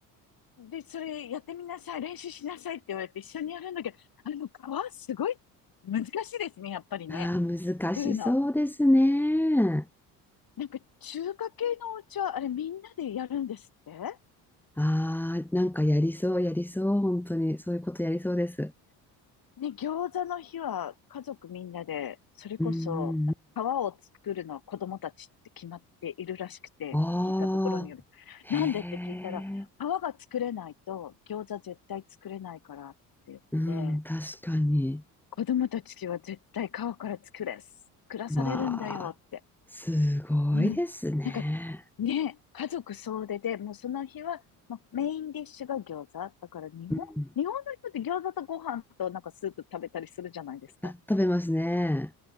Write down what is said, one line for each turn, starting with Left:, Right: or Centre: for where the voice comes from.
Left: で、それやってみなさい、練習しなさいって言われて一緒にやるんだけど、あの皮すごい難しいですね、やっぱりね。
Centre: あー難しそうですね。
Left: 作るの。なんか中華系のお家はあれみんなでやるんですって
Centre: ああ、なんかやりそう、やりそう、本当に、そういうことやりそうです。
Left: ね、餃子の日は家族みんなで、それこそ皮を作るのは子供たちって決まっているらしくて、
Centre: うんあ
Left: 聞いたところによる。
Centre: あ、へえ、
Left: なんでって聞いたら、皮が作れないと餃子絶対作れないからって言っ
Centre: うん、
Left: て、
Centre: 確かに。
Left: 子供たちは絶対川から作れ、作らされるんだよって。
Centre: わあ、すごいですね。
Left: うん。なんか、ね、家族総出で、もうその日は、まあ、メインディッシュが餃子。だから日本、
Centre: うん、
Left: 日本の人って餃子とご飯となんかスープ食べたりするじゃないですか。
Centre: あ、食べますね。